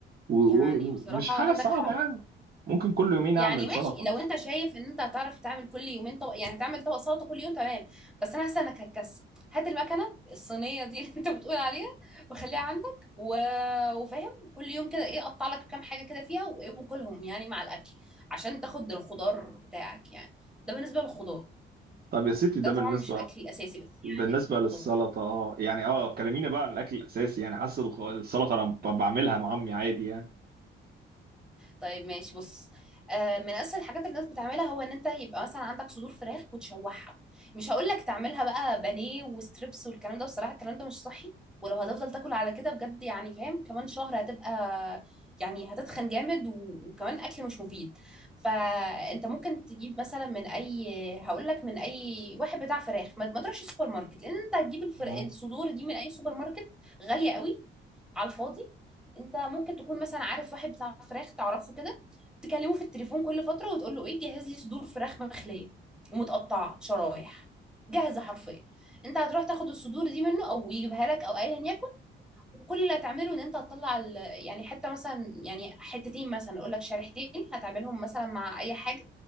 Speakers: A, on the right; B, in the centre.
A: و-
B: يعني
A: ومش
B: بصراحة
A: حاجه
B: عندك
A: صعبه
B: حق
A: يعني ممكن كل يومين
B: يعني
A: اعمل
B: ماشي
A: سلطه مش
B: لو انت شايف ان انت هتعرف تعمل كل يومين طبق يعني هتعمل طبق سلطه كل يوم تمام بس انا حاسه انك هتكسل هات المكنه الصينيه دي <laughs> اللي انت بتقول عليها وخليها عندك و... وفاهم كل يوم كده ايه قطع لك كام حاجه كده فيها وايه وكلهم يعني مع الاكل عشان تاخد الخضار بتاعك يعني ده بالنسبه للخضار
A: طب يا ستي
B: ده
A: ده بالنسبه
B: طبعا مش الاكل الاساسي بس
A: بالنسبه
B: يعني
A: للسلطه
B: خضار
A: اه يعني اه كلمينا بقى عن الاكل الاساسي يعني حاسس الخ- السلطه انا ب- بعملها مع امي عادي يعني
B: طيب ماشي بص آه، من اسهل الحاجات اللي الناس بتعملها هو ان انت يبقى مثلا عندك صدور فراخ وتشوحها مش هقول لك تعملها بقى بانيه وستريبس والكلام ده بصراحه الكلام ده مش صحي ولو هتفضل تاكل على كده بجد يعني فاهم كمان شهر هتبقى يعني هتتخن جامد و- وكمان اكل مش مفيد فانت ممكن تجيب مثلا من اي هقول لك من اي واحد بتاع فراخ ما ما تروحش السوبر ماركت لان انت هتجيب الفر...
A: أها.
B: الصدور دي من اي سوبر ماركت غاليه قوي على الفاضي انت ممكن تكون مثلا عارف واحد بتاع فراخ تعرفه كده تكلمه في التليفون كل فتره وتقول له ايه جهز لي صدور فراخ مخليه ومتقطعه شرايح جاهزه حرفيا انت هتروح تاخد الصدور دي منه او يجيبها لك او ايا يكن وكل اللي هتعمله ان انت هتطلع ال- يعني حته مثلا يعني حتتين مثلا اقول لك شريحتين هتعملهم مثلا مع اي حاجه